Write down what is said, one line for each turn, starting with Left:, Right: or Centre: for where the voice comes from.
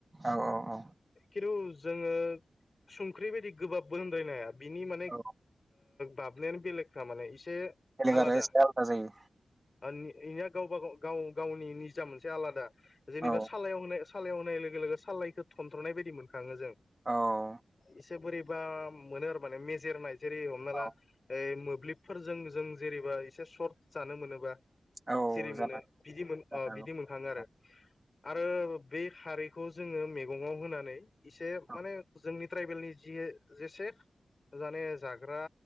Right: औ औ औ
Left: खिन्थु जोङो संख्रि बायदि गोबाबबो होनद्रायनाया बिनि माने
Right: औ
Left: बाबनायानो बेलेगखा माने एसे
Right: बेलेख
Left: आलादा
Right: आरो एसे आलदा जायो
Left: इनिया गावबा गाव गाव गावनि निजा मोनसे आलादा जेनेबा
Right: औ
Left: सालायाव होनाय सालायाव होनाय लोगो लोगो साल्लायखौ थनथ्र'नाय बायदि मोनखाङो जों
Right: औ
Left: एसे बोरैबा मोनो आरो माने मेजेरनाय जेरै हमना
Right: औ
Left: ला मोब्लिबफोरजों जों जेरेबा एसे सर्ट जानो मोनोबा
Right: औ
Left: सिरि
Right: जानो
Left: मान बिदि मोन
Right: जानो
Left: ओ
Right: हागौ
Left: बिदि मोनखाङो आरो
Right: औ
Left: आरो बे खारैखौ जोङो मैगङाव होनानै इसे
Right: औ
Left: माने जोंनि ट्राइबेलनि जि जेसे माने जाग्रा